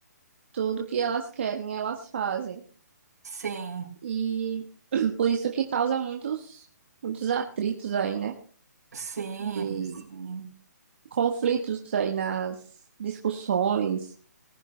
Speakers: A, on the right; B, on the right.
A: Tudo que elas querem, elas fazem.
B: Sim,
A: E <clears throat> por isso que causa muitos, muitos atritos aí, né?
B: sim,
A: De
B: sim.
A: conflitos aí nas discussões,